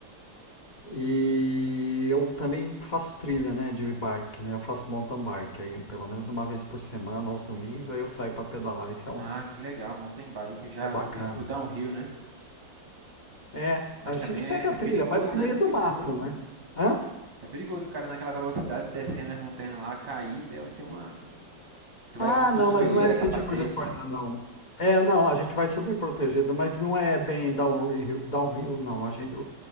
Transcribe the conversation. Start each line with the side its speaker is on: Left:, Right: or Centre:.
Left: E eu também faço trilha, né, de bike, né? Eu faço mountain bike aí, pelo menos uma vez por semana, aos domingos, aí eu saio pra pedalar, isso é,
Right: Ah,
Left: um-
Right: que legal, mountain bike, eu já
Left: é bacana.
Right: ouvi, tipo downhill, né?
Left: É,
Right: Mas
Left: a
Right: também
Left: gente
Right: é,
Left: pega
Right: é
Left: a trilha,
Right: perigoso,
Left: vai pro
Right: né?
Left: meio do mato, né? Hã?
Right: É perigoso o cara naquela velocidade descendo as montanhas lá, cair, deve ser uma. Tu
Left: Ah,
Right: vai com cotoveleira,
Left: não, mas não é esse
Right: capacete.
Left: tipo de coisa, não. É, não, a gente vai super protegido, mas não é bem downhill, downhill, não. A gente,